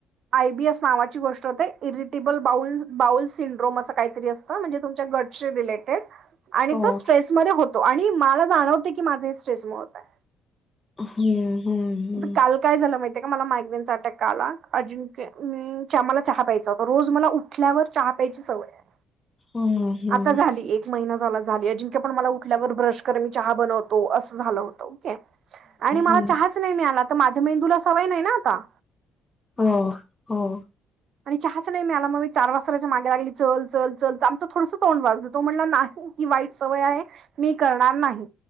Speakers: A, on the right; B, on the left.
A: आय बी एस नावाची गोष्ट होते, इरिटेबल बाउल बाउल सिंड्रोम असं काहीतरी असत. म्हणजे तुमच्या गटशी रिलेटेड
B: हो
A: आणि तो स्ट्रेसमध्ये होतो आणि मला जाणवते की माझं हे स्ट्रेस मूळ होत आहे.
B: हम्म हम्म
A: आहे
B: हम्म....
A: काल काय झालं माहिती का मला मायग्रेन चार अटॅक का आला? अजंक्य मला चहा प्यायचा होता रोज मला उठल्यावर चहा प्यायची सवय
B: <inaudible>
A: आहे
B: हम्म हम्म
A: आता झाली एक महिना झाला झाली, अजिंके पण मला उठल्यावर ब्रश कर मी चहा बनवतो असं झालं होत ओके. आणि मला
B: हम्म हम्म हम्म
A: चहाच नाही मिळाला तर माझ्या मेंदूला सवय नाही ना आता
B: हो हो,
A: आणि चहाच नाही मिळाला मला मग चार वाजता त्याच्या माग्या लागली चल चल चल च आमचं थोडसं तोंड तो म्हटला नाही. ही वाईट सवय आहे मी करणार नाही.